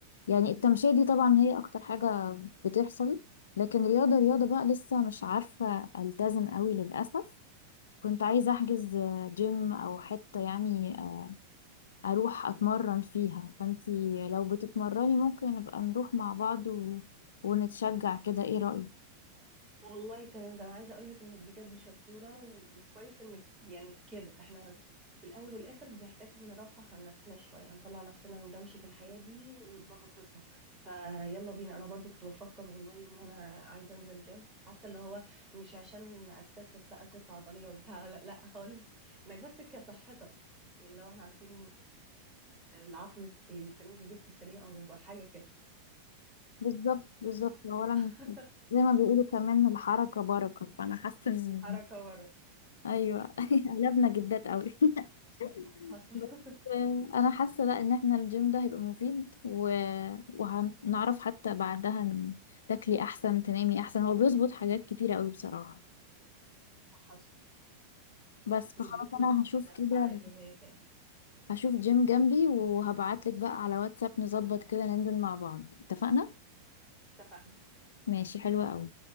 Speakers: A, on the left (about 65°); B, on the right (about 15°).
A: يعني التمشية دي طبعا هي أكتر حاجة بتحصل لكن رياضة رياضة بقى لسه مش عارفة ألتزم قوي للأسف كنت عايزة أحجز جيم أو حتة يعني أروح أتمرن فيها فأنتي لو بتتمرني ممكن نبقى نروح مع بعض و... ونتشجع كده إيه رأيك؟
B: والله تمام ده انا عايزه اقول لك انك بجد شطوره و- وكويس انك يعني كده احنا في الاول والاخر بنحتاج نرفه عن نفسنا شويه نطلع نفسنا من دوشه الحياه دي وضغطتها فيلا بينا انا برضو كنت بفكر والله ان انا عايزه انزل جيم حتى اللي هو مش عشان اكتسب بقى كتله عضليه وبتاع <laughs> لا لا خالص انك بس كصحتك لو احنا عارفين العقل الس- السليم في الجسم السليم او حاجه كده
A: بالظبط بالظبط
B: صح
A: أولا
B: <laughs>
A: زي ما بيقولوا كمان الحركة بركة فأنا حاسة إن
B: الحركه ورا
A: أيوه <laughs> قلبنا جدات قوي <laughs>
B: حصل
A: بس
B: <laughs>
A: أنا حاسة لأ إن إحنا الجيم ده هيبقى مفيد و... وهنعرف حتى بعدها إن تاكلي أحسن تنامي أحسن هو بيظبط حاجات كتيرة قوي بصراحة
B: حصل
A: بس فخلاص
B: بيديكي
A: انا هشوف
B: دفعة
A: كده
B: إيجابية كده
A: هشوف جيم جنبي وهبعتلك بقى على واتساب نظبط كده ننزل مع بعض اتفقنا
B: اتفقنا
A: ماشي حلوة قوي